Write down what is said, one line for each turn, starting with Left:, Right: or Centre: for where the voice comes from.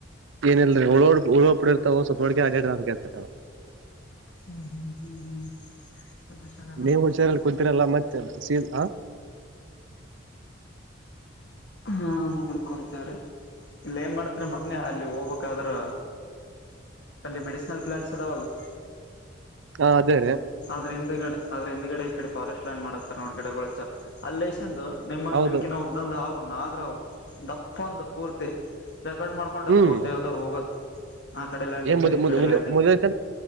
Right: ಏನಲ್ರಿ ಉಳಡ್ ಉಳಡ್ ಬಿಡಿರ್ತಾವ ಸ್ವಲ್ಪ ಹಳ್ಡ್ಗೆ ಆಗೇಡ್ರ ಕೇಳ್ತ
Left: ಹ್ಮ್ ಹ್ಮ್ ಹ್ಮ್ ಹ್ಮ್ ಸಮಾಚಾರ ಎಲ್ಲಾರು
Right: ನೀವು್
Left: ನೋಡ್ತಾರೆ.
Right: ಹುಷಾರಲ್ಲಿ ಕುೂತ್ತಿರಲ್ಲ ಮತ್ ಸೀ ಹ
Left: ಹಾ ನೋಡ್ಕೊಂತೇವ್ರೀ ಇಲ್ಲ ಏನ್ ಮಾಡ್ತ್ರಿ ಮೊನ್ನೆ ಅಲ್ಲಿ ಹೋಗ್ಕ್ಾದ್ರ ಅಲ್ಲಿ ಮೆಡಿಸಿನಲ್ ಪ್ಲಾಂಟ್ಸ್ ಅದಾವಲ್ಲ
Right: ಹಾ ಅದೇ ರೇ
Left: ಅ್ರ ಹಿಂದ್ಡೆ ಆದ್ರ ಹಿಂದ್ಗಡೆ ಈ ಕಡೆ ಫಾರೆಸ್ಟ್ ಲ್ಯಾಂಡ್ ಮಾಡತ್ತಾರೆ ನೋಡ ಗಿಡಗಳಚ್ಚ ಅಲ್ಲೇ ನಿಮ್ಮಷ್ಟ
Right: ಹೌದು
Left: ನೆಕಿನ ಉದ್ದಂದ ಹಾ ನಾಗರಾವ್ ದಪ್ಪಂತಪ್ಪೂರ್ತಿ ಡೆಕೋೇಟ್ ಮಾಡ್ಕೊಂಡಾರ
Right: ಹ್ಮ್
Left: ಪೋರ್ತರ್ದವರು ಹೋಗೋದು ಆ ಕಡೆ ಲ್ಯಾಂಡಿಂದ
Right: ಏನ್
Left: ಈ
Right: ಮು
Left: ಕಡೆ ಲ್ಯಾಂಡಿಂಗ್
Right: ಮುದಐತ